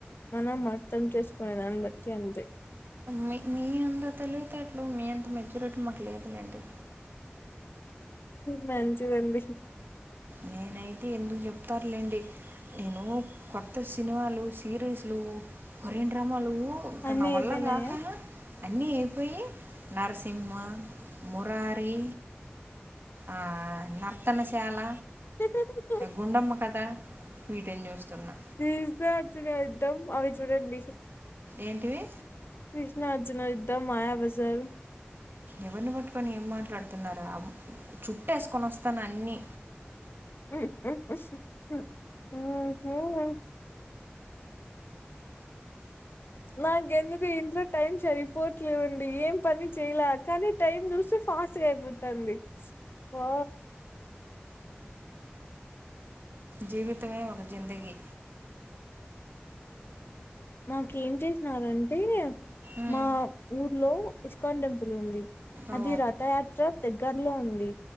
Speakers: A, on the left; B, on the right.
A: మనం అర్థం చేసుకునే దాన్ని బట్టి అంతే
B: మీ మీ అంత తెలివి తేట్లు మీ అంత మెచ్యూరిటీ మాకు లేదులేండి
A: మంచిదండి
B: నేనైతే ఎందుకు చెప్తారులేండి నేను కొత్త సినిమాలు సిరీస్లు కొరియర్ డ్రామాలు ఇక
A: అన్ని
B: నా వల్ల
A: అయిపోయినాయా
B: కాక అన్నీ అయిపోయి నరసింహ మురారీ ఆ నర్తనశాల
A: స
B: గుండమ్మ కథ వీటని చూస్తున్నా
A: కృష్ణార్జున యుద్ధం అవి చూడండి
B: ఏంటివి
A: కృష్ణార్జున యుద్ధం మాయాబజారు
B: ఎవరిని పట్టుకొని ఏం మాట్లాడుతున్నారుర చుట్టేసుకొని వస్తాను అన్ని
A: ఒకే నాకేందుకు ఇంట్లో టైం సరిపోవట్లేదుండి ఏం పని చేయలే కానీ టైమ్ చూస్తే ఫాస్ట్ గా అయిపోతుంది ఓ
B: జీవితమే ఒక జిందగి
A: మాకేం చేసినారంటే
B: ఉమ్,
A: మా ఊర్లో ఇస్కాన్ టెంపుల్ ఉంది
B: ఓ
A: అది రథయాత్ర దగ్గరలో ఉంది